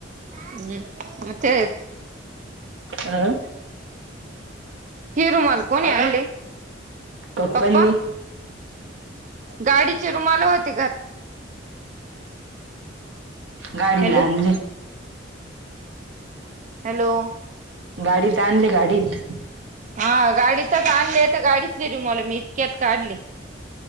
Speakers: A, on the right (about 40°); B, on the right (about 80°).
A: हम् म तेे
B: अ
A: ही रुमाल कोणी आणलं.
B: पप्पांनी
A: पप्पा गाडीचे रुमाला होते.
B: गाडीला
A: हॅलो
B: आणली.
A: हॅलो.
B: गाडीत आणले गाडीत.
A: हा गाडीतच आणले तर गाडीच रु मला मी इतक्यात काढले.